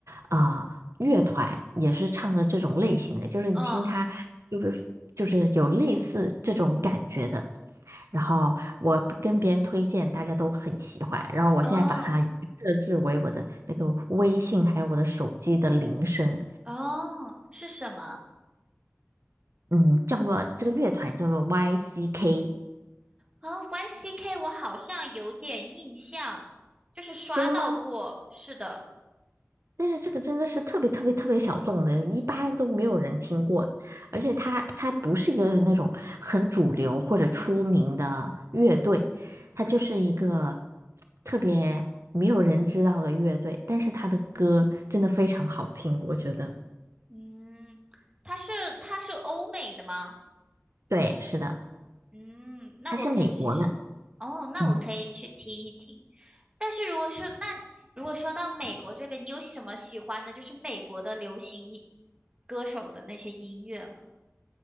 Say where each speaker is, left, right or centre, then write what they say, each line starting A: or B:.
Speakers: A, on the right; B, on the right.
A: 啊、呃乐团，也是唱的这种类型的，就是你听它就是就是有类似这种感觉的。
B: 嗯，
A: 然后我跟别人推荐，大家都很喜欢。然后我现在把它设置为我的那个微信，
B: 哦，
A: 还有我的手机的铃声，
B: 哦，是什么？
A: 嗯，叫做这个乐团叫做 YCK，
B: 哦，YCK，我好像有点印象，就是刷到过。
A: 真的吗？
B: 是的，
A: 但是这个真的是特别特别特别小众的，一般都没有人听过的。而且它它不是一个那种很主流或者出名的乐队，它就是一个特别没有人知道的乐队。但是它的歌真的非常好听，我觉得。
B: 嗯，它是它是欧美的吗？
A: 对，是的，
B: 嗯，那我可以试试。
A: 它是美国的，
B: 哦，那我可以去听一听。
A: 嗯，
B: 但是如果是那如果说到美国这边，你有什么喜欢的，就是美国的流行音歌手的那些音乐吗？